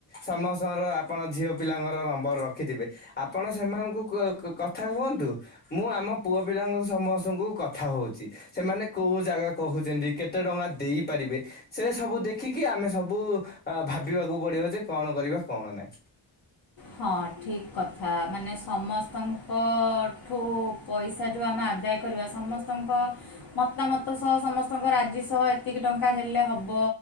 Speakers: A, on the left; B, on the left.
A: ସମସ୍ତଙ୍କର ଆପଣ ଝିଅ ପିଲାଙ୍କର ନମ୍ବର ରଖିଥିବେ। ଆପଣ ସେମାନଙ୍କୁ କୂଅ କ କଥା ହୁଅନ୍ ତୁ ମୁଁ ଆମ ପୁଅ ପିଲାଙ୍କ ସମସ୍ତଙ୍କୁ କଥା ହଉଛି। ସେମାନେ କୋଉ ଜାଗା କହୁଛନ୍ତି କେତେ ଟଙ୍କା ଦେଇପାରିବେ। ସେ ସବୁ ଦେଖିକି ଆମେ ସବୁ ଭାବିବାକୁ ଆ ପଡ଼ିବ ଯେ କଣ କରିବା କଣ ନାଇଁ।
B: ହଁ ଠିକ୍ କଥା ମାନେ ସମସ୍ତଙ୍କଠୁ ପଇସା ଯୋଉ ଆମେ ଆଦାୟ କରିବା ସମସ୍ତଙ୍କ ମତାମତ ସହ ସମସ୍ତଙ୍କ ରାଜି ସହ ଏତିକି ଟଙ୍କା ହେଲେ ହବ।